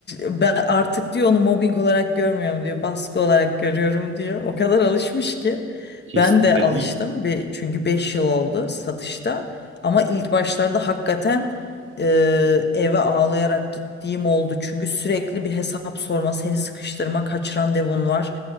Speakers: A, on the left; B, on the right.
A: ben artık diyor onu mobbing olarak görmüyorum diyor baskı olarak görüyorum diyor. O kadar alışmış ki
B: Kesinlikle
A: ben de alıştım
B: değil mi?
A: bir, çünkü 5 yıl oldu satışta ama ilk başlarda hakikaten Eee, eve ağlayarak gittiğim oldu. Çünkü sürekli bir hesap sorma, seni sıkıştırma, kaç randevun var,